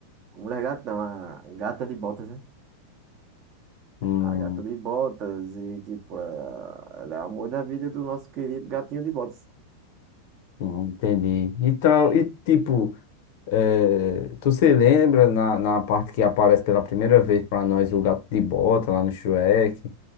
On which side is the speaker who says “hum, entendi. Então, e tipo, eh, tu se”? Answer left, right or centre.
Left